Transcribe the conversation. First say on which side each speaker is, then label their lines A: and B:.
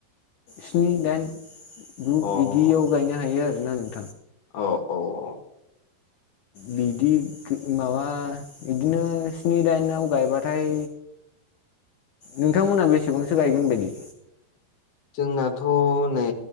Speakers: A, on the left (about 80°); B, on the left (about 50°).
A: स्नि दाइन गु
B: अ
A: बिदियाव गायनो हायो आरोोना नोंथां।
B: औ औ औ।
A: बिदि माबा बिदिनो स्नि दाइनाव गायबाथाय
B: <unintelligible>
A: नोंथांमोना बेसेबांसो गायगोन बायदि?
B: जोंनाथ नै